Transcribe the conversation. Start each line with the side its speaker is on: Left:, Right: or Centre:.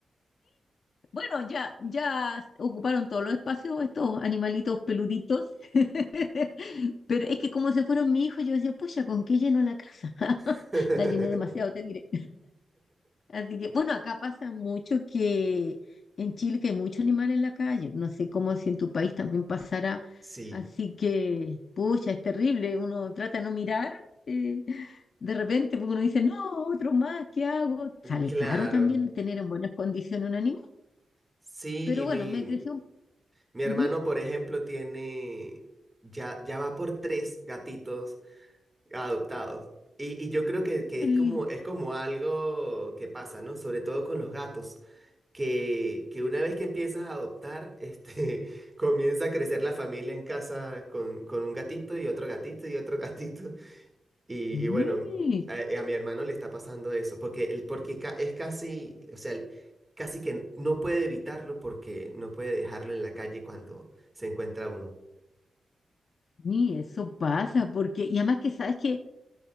Left: Bueno, ya, ya ocuparon todos los espacios estos animalitos peluditos, <laughs> pero es que como se fueron mis hijos, yo decía, pucha, ¿con qué lleno la casa? <laughs>
Right: <laughs>
Left: La llené demasiado, te diré. Así que, bueno, acá pasa mucho que en Chile que hay mucho animal en la calle. No sé cómo si en tu país también pasará.
Right: Sí,
Left: Así que, pucha, es terrible. Uno trata de no mirar. eh, de repente, porque uno dice, no, otro más, ¿qué hago? Sale
Right: claro.
Left: caro también tener en buenas condiciones un animal.
Right: Sí,
Left: Pero
Right: y
Left: bueno,
Right: mi,
Left: me creció.
Right: mi hermano,
Left: un... Ujú.
Right: por ejemplo, tiene, ya, ya va por tres gatitos adoptados. Y, y yo creo que, que
Left: Ni,
Right: es como, es como algo que pasa, ¿no? Sobre todo con los gatos. que, que una vez que empiezas a adoptar, este, <laughs> comienza a crecer la familia en casa con, con un gatito y otro gatito y otro gatito. Y, y bueno,
Left: ni
Right: a, eh, a mi hermano le está pasando eso, porque, el- porque ca- es casi, o sea, casi que no puede evitarlo porque no puede dejarlo en la calle cuando se encuentra uno.
Left: ni, eso pasa, porque, y además que sabes que